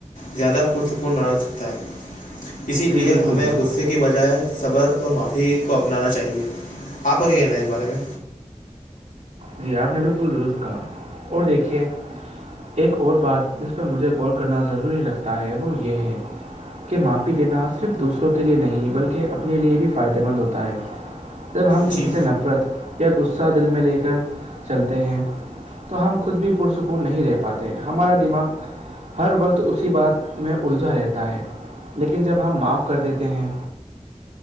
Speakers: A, on the left; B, on the right.
A: زیادہ پتپن بنا سکتا ہے اسی
B: جی
A: لیے
B: بالکل
A: ہمیں
B: بالکل
A: غصے کے بجائے صبر اور معافی کو اپنانا چاہیے آپ کا کیا کہنا ہے اس بارے میں
B: جی آپ نے بالکل درست کہا اور دیکھیے ایک اور بات جس پر مجھے غول کرنا ضروری لگتا ہے وہ یہ ہے کہ معافی دینا صرف دوسروں کے لئے نہیں بلکہ اپنے لئے بھی فائدہ مند ہوتا ہے جب ہم کسی
A: جی
B: سے نفرت یا غصہ دل میں لے کے چلتے ہیں تو ہم خود بھی پرسکون نہیں رہ پاتے ہمارا دماغ ہر وقت اسی بات میں الجا رہتا ہے لیکن جب ہم معاف کر دیتے ہیں